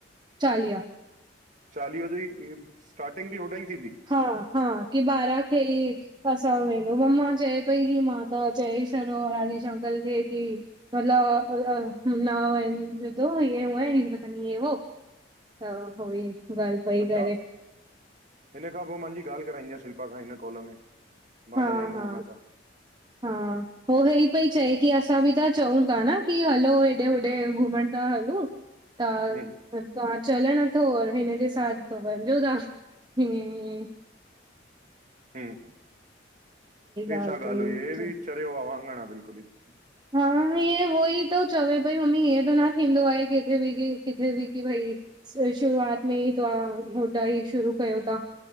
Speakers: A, on the right; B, on the right.
A: चालीहा- -
B: चालीहो जी स्टार्टिंग बि होॾां ई थींदी --
A: हा- हा, की ॿारां खेई -- असां वेंदो मम्मा चए पई की मां त चए छॾियो राजेश अंकल खे की -- मतलब नाव इजो ऊ ह बतानी हे - <unintelligible> हा होई वाई
B: त
A: फाई करे
B: गा
A: --
B: हिन खां पो मांजी ॻाल्हि कराईंदी आ शिल्पा खां हिन कॉल में मां
A: हा
B: ॻाल्हाईंदमि
A: हा
B: हुन सां।
A: हा। हो हे ई पई चए की असां बि त चऊं ता न की हलो हेॾे होॾे घुमण ता हलूं, त
B: हम्म
A: तव्हां चलण तो हिनजे साथ त वञजो ता हियं हियं
B: हम्म- हे
A: ॻाल्हि
B: छा
A: पई
B: ॻाल्ह हुई हे
A: चए
B: बि चरियो आ वांगण आ बिल्कुल ई --
A: हा ईअं हो ई तो चवे पई मम्मी हिअं त न थींदो आहे किथे बि कि किथे बि की भई -- शुरूआत में ई त्हां होॾा ई शुरू कयो ता।